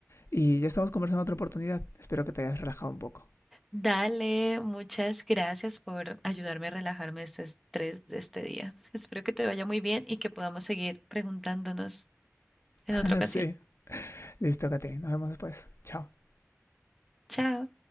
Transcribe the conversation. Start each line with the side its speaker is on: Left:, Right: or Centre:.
Left: Y ya estamos conversando otra oportunidad. Espero que te hayas relajado un poco.
Centre: Dale, muchas gracias por ayudarme a relajarme este estrés de este día. Espero que te vaya muy bien y que podamos seguir preguntándonos en
Left: <laughs>
Centre: otra ocasión.
Left: Sí. Listo, Catherine. Nos vemos después. Chao.
Centre: Chao.